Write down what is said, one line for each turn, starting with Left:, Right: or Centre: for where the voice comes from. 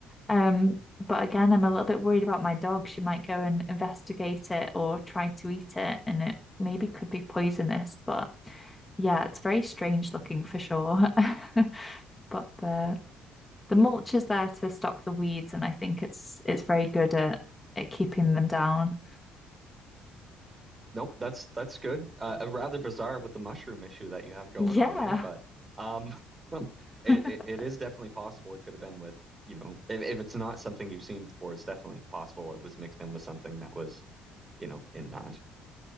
Left: Um, but again, I'm a little bit worried about my dog. She might go and investigate it or try to eat it, and it maybe could be poisonous. But yeah, it's very strange looking for sure. <laughs> But the the mulch is there to stop the weeds, and I think it's it's very good at at keeping them down.
Right: Nope, that's that's good. Uh, rather bizarre with the mushroom issue that you have going
Left: Yeah.
Right: on there, but um, <laughs> it,
Left: <laughs>
Right: it it is definitely possible. It could have been with, you know, if, if it's not something you've seen before, it's definitely possible it was mixed in with something that was, you know, in that.